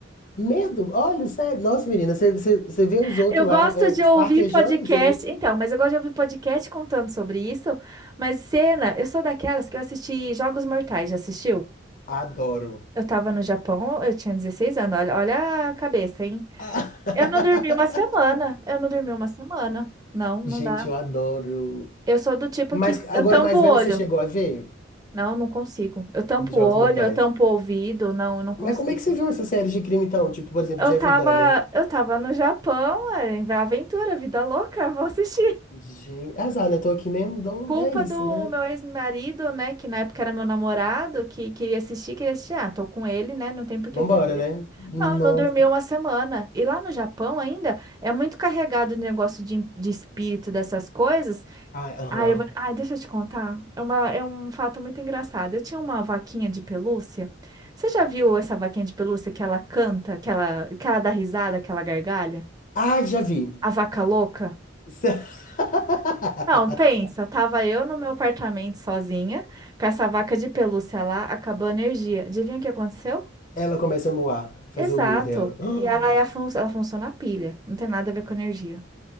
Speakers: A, on the left; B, on the right.
A: Medo? Olha, sério. Nossa, menina, você, você, você vê
B: <laughs>
A: os outros
B: Eu gosto
A: lá, é,
B: de
A: esquartejando
B: ouvir podcast.
A: os outros.
B: Então, mas eu gosto de ouvir podcast contando sobre isso. Mas cena, eu sou daquelas que eu assisti Jogos Mortais, já assistiu?
A: Adoro.
B: Eu tava no Japão, eu tinha 16 anos. Olha, olha a cabeça, hein?
A: <laughs>
B: Eu não dormi uma semana. Eu não dormi uma semana. Não, não
A: Gente,
B: dá.
A: eu adoro.
B: Eu sou do tipo
A: Mas
B: que
A: agora,
B: eu tampo
A: mais
B: o
A: velha,
B: olho.
A: você chegou a ver
B: Não, não consigo. Eu tampo
A: Jogos
B: o olho,
A: Mortais?
B: eu tampo o ouvido. Não, não consigo.
A: Mas como é que você viu essas séries de crime, então? Tipo, por exemplo,
B: Eu
A: Jeffrey
B: tava,
A: Dahmer.
B: eu tava no Japão, é, em aventura, vida louca, vou assistir.
A: Gente, azar, né? Tô aqui mesmo, então
B: Culpa
A: é isso,
B: do
A: né?
B: meu ex-marido, né, que na época era meu namorado, que queria assistir, queria assistir. Ah, tô com ele, né, não tem por que
A: Vambora,
B: ter.
A: né? Nossa.
B: Não, não dormi uma semana. E lá no Japão ainda é muito carregado o negócio de, de espírito dessas coisas.
A: Ah, aham.
B: Ah, eu vou... ah, deixa eu te contar. É uma... é um fato muito engraçado. Eu tinha uma vaquinha de pelúcia. Você já viu essa vaquinha de pelúcia que ela canta, que ela, que ela dá risada, que ela gargalha?
A: Ah, já vi.
B: A vaca louca?
A: <laughs>
B: Não, pensa, tava eu no meu apartamento sozinha, com essa vaca de pelúcia lá, acabou a energia. Adivinha o que aconteceu?
A: Ela começa a moar, fazer
B: Exato.
A: o mu dela. <gasps>
B: E ela, é a fun... ela funciona a pilha, não tem nada a ver com energia.